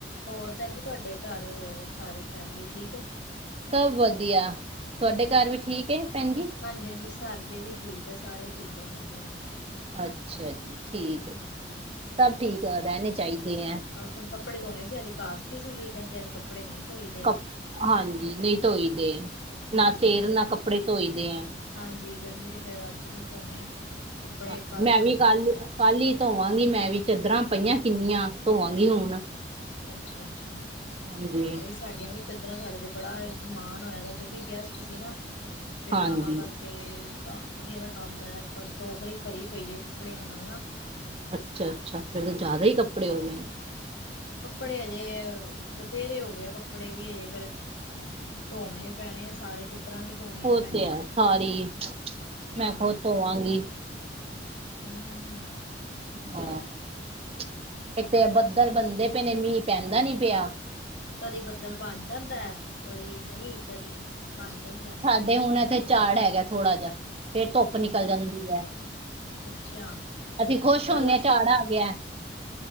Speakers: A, on the left; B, on the right.
A: ਹੋਰ ਭੈਣ ਜੀ ਤੁਹਾਡੇ ਘਰ ਹੋਰ ਸਾਰੀ ਫੈਮਲੀ ਠੀਕ ਹੈ
B: ਸਭ ਵਧੀਆ ਤੁਹਾਡੇ ਘਰ
A: ਅੱਛਾ
B: ਵੀ ਠੀਕ ਹੈ ਭੈਣ ਜੀ
A: ਹਾਂਜੀ ਹਾਂਜੀ ਸਾਡੇ ਵੀ ਠੀਕ ਹੈ ਸਾਰੇ ਠੀਕ ਆ ਸਾਡੇ।
B: ਅੱਛਾ ਜੀ। ਠੀਕ ਹੈ
A: ਹਾਂਜੀ।
B: ਸਭ ਠੀਕ ਰਹਿਣੇ ਚਾਹੀਦੇ ਹੈ
A: ਬਸ ਹੁਣ ਕੱਪੜੇ ਧੋਣੇ ਸੀ ਅੱਜ ਕਾਸਤੀ ਸੀਗੀ ਕਹਿੰਦੇ ਅੱਜ ਕੱਪੜੇ ਨਹੀਂ। ਧੋਈ ਦੇ
B: ਕ ਹਾਂਜੀ ਨਹੀਂ ਧੋਈ ਦੇ।
A: ਹਾਂਜੀ
B: ਨਾ ਸਿਰ
A: ਫਿਰ
B: ਨਾ ਕੱਪੜੇ ਧੋਈ ਦੇ ਆ।
A: ਹਾਂਜੀ ਕਹਿੰਦੇ ਫੇਰ ਅੱਜ ਨੀ ਧੋਣੇ। ਕੱਪੜੇ
B: ਹਾਂਜੀ
A: ਕੱਲ
B: ਮੈਂ
A: ਧੋਈਓ
B: ਵੀ ਕੱਲ
A: ਕੱਪੜੇ
B: ਕੱਲ ਹੀ ਧੋਵਾਂਗੀ ਮੈਂ ਵੀ ਚਦਰਾਂ। ਪਈਆਂ ਕਿੰਨੀਆਂ ਧੋਵਾਂਗੀ ਹੁਣ।
A: ਅੱਛਾ ਅੱਛਾ
B: ਹਾਂਜੀ
A: ਮੈਂ ਵੀ ਸਾਡੀਆਂ ਵੀ ਚਦਰਾ ਸਾਡਾ ਤੇ ਬੜਾ। ਮਾਨ ਹੋਇਆ ਦਾ ਕਿਉਂਕਿ ਗੈਸਟ ਸੀ ਨਾ ਫੇਰ
B: ਹਾਂਜੀ
A: ਤਾਂ ਕਰਕੇ। ਬਥੇਰਾ ਕੰਮ ਹੋਇਆ ਦਾ ਟੋਕਰੀ ਭਰੀ ਪਈ ਹੈ ਕੱਪੜਿਆਂ ਨਾਲ ਨਾ
B: ਅੱਛਾ ਅੱਛਾ ਫੇਰ ਤਾਂ ਜ਼ਿਆਦਾ ਹੀ ਕੱਪੜੇ
A: ਹਾਂਜੀ
B: ਹੋ ਗਏ।
A: ਕੱਪੜੇ ਹਜੇ ਬਥੇਰੇ ਹੋ ਗਏ ਆ ਕੱਪੜੇ ਵੀ ਹਜੇ ਫੇਰ ਧੋਣੇ ਪੈਣੇ ਸਾਰੇ। ਤੇ ਚਦਰਾ ਵੀ। ਧੋਣੀਆਂ
B: ਔਹ
A: ਪੈਣੀਆਂ
B: ਤੇ ਹੈ ਸਾਰੀ
A: ਹਾਂ
B: ਮੈਂ ਖੁਦ ਧੋਵਾਂਗੀ।
A: ਨ ਆ <unintelligible>
B: ਹਾਂ <unintelligible> ਇੱਕ ਤੇ ਬੱਦਲ ਬੰਨਦੇ ਪਏ ਨੇ ਮੀਂਹ ਪੈਂਦਾ ਨੀ ਪਿਆ।
A: ਕਦੀ ਬੱਦਲ ਬਣ ਜਾਂਦਾ ਹੈ। ਕਦੀ ਨਹੀਂ ਕਦੀ ਬਣ ਜਾਂਦਾ
B: ਸਾਡੇ
A: ਐ।
B: ਹੁਣ ਇੱਥੇ ਝਾੜ ਹੈਗਾ ਥੋੜਾ ਜੇਹਾ ਫੇਰ ਧੁੱਪ ਨਿਕਲ ਜਾਂਦੀ ਹੈ।
A: ਅੱਛਾ,
B: ਅਸੀਂ ਖ਼ੁਸ਼
A: ਕੱਲ
B: ਹੁੰਦੇ ਹਾਂ ਝੜ ਆ ਗਿਆ ਐ।